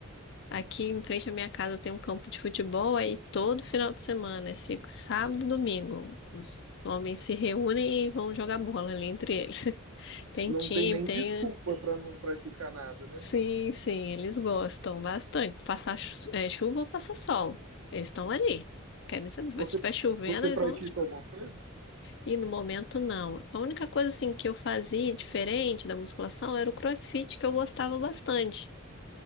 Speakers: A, on the left; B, on the right.
A: Aqui em frente à minha casa tem um campo de futebol, aí todo final de semana, esse sábado e domingo, os homens se reúnem e vão jogar bola ali entre eles. <laughs> Tem
B: Não
A: time,
B: tem nem
A: tem.
B: desculpa pra não praticar nada, né?
A: Sim, sim, eles gostam bastante. Passar chu- eh, chuva ou passar sol. Eles estão ali. Querem saber. Se
B: Você,
A: estiver chovendo,
B: você
A: eles
B: pratica
A: vão.
B: alguma coisa?
A: E no momento, não. A única coisa assim que eu fazia diferente da musculação era o CrossFit, que eu gostava bastante.